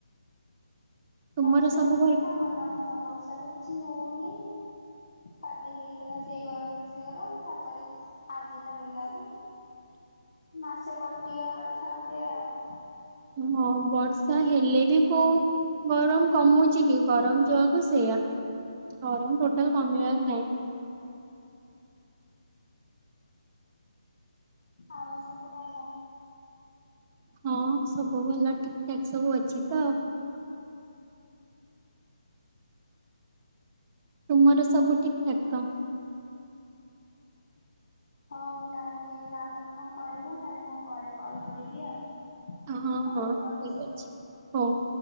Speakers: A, on the right (about 20°); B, on the left (about 60°).
A: ତୁମର
B: ବର୍ଷା
A: ସବୁ
B: ହେଇଯାଆନ୍ତା ଭଲ ହୁଅନ୍ତା ବର୍ଷା ତ କିଛି ହୋଉନି। କାଲି ହେଇଥିଲା ସେଇ ଗରମକୁ ସେଇ ଗରମ ତାପରେ ଆଜି ତା ହେଲାନି।
A: ତ <inaudible>
B: ମାସେ କଟିବା କଥା ଗୋଟେ ଆଉ।
A: ହଁ ବର୍ଷା ହେଲେ ବି କୋଉ ଗରମ କମୁଚି କି ଗରମ ଯୋଉଆକୁ ସେଇଆ। ଗରମ୍ ଟୋଟାଲ୍ କମିବାର ନାହିଁ।
B: ଆଉ ସବୁ ଭଲ?
A: ହଁ ସବୁ ଭଲ ଠିକଠାକ ସବୁ ଅଛି ତ। ତୁମର ସବୁ ଠିକଠାକ୍ ତ?
B: ହୋଉ ତାହେଲେ ଯାଅ ତମେ କଣ କରିବ ନହେଲେ ମୁଁ ପରେ କଲ କରିବି ଆଉ।
A: ହଁ
B: ହଉ
A: ହଁ ଠିକ
B: ରଖୁଛି।
A: ଅଛି ହୋଉ।